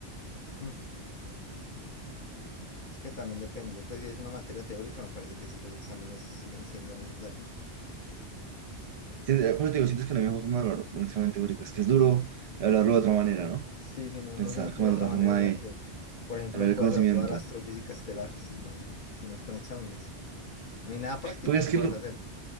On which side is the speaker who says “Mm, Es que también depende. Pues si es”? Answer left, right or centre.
Left